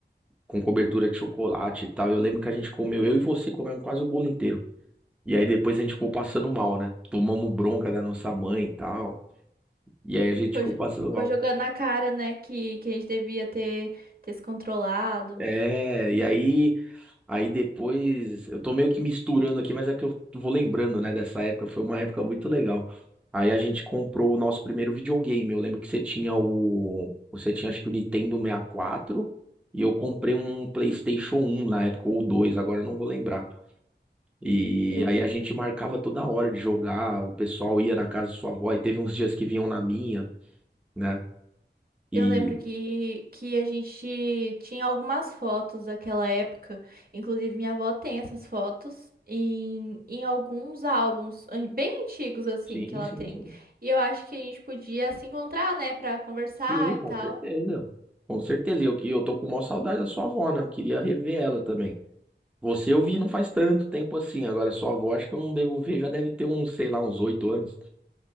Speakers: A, in the centre; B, on the right.
A: com cobertura de chocolate e tal. E eu lembro que a gente comeu, eu e você comemos quase o bolo inteiro. E aí depois a gente ficou passando mal, né? Tomamos bronca da nossa mãe e tal. E aí a gente
B: Ficou
A: ficou
B: jo-
A: passando
B: ficou
A: mal.
B: jogando na cara, né, que, que a gente devia ter, ter se controlado.
A: É, e aí Aí depois, eu tô meio que misturando aqui, mas é que eu vou lembrando, né, dessa época, foi uma época muito legal. Aí a gente comprou o nosso primeiro videogame. Eu lembro que você tinha o, você tinha acho que o Nintendo 64 e quatro e eu comprei um PlayStation um na época ou 2. agora eu não vou lembrar. E
B: Eu
A: aí a gente marcava toda hora de jogar, o pessoal ia na casa da sua avó e teve uns dias que vinham na minha, né? E
B: Eu lembro que, que a gente tinha algumas fotos daquela época. Inclusive, minha avó tem essas fotos em, em alguns álbuns an- bem antigos, assim,
A: sim,
B: que ela
A: sim,
B: tem.
A: sim.
B: E eu acho que a gente podia se encontrar, né, pra conversar
A: Sim, com
B: e tal.
A: certeza. Com certeza. E eu, que- eu tô com maior saudade da sua avó, né? Eu queria rever ela também. Você eu vi não faz tanto tempo assim. Agora, sua avó, acho que eu não devo ver, já deve ter uns, sei lá, uns oito anos